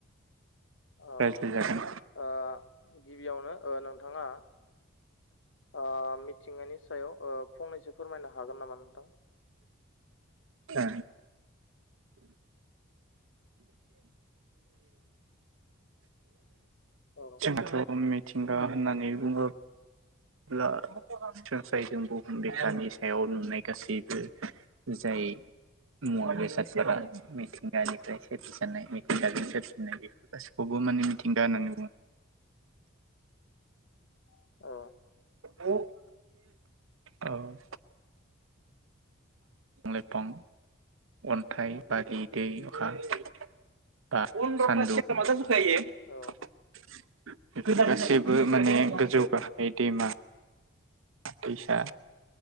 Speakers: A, on the left; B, on the right.
A: औ
B: रायज्लायजागोन।
A: ओ गिबियावनो ओ नोंथाङा ओ मिथिंगानि सायाव ओ फंनैसो फोरमायनो हागोन नामा नोंथां?
B: ए।
A: औ
B: <inaudible> मिथिंगा होननानै बुङो ब्ला सनस्रायजों बुहुम बिखानि सायाव नुनाय गासैबो जाय ए मुवा बेसादफोरा मिथिंगानिफ्राय सोरजिजानाय मिथिंगाजों सोरजिनाय बेफोर गासिखौबो मानि मिथिंगा होननानै बुङो।
A: <inaudible> औ
B: <inaudible> औ। लाइफां, अन्थाइ बारि, दै, अखा ओखा, सानदुं बेफोर
A: औ
B: गासैबो माने गोजौ गाहाय दैमा दैसा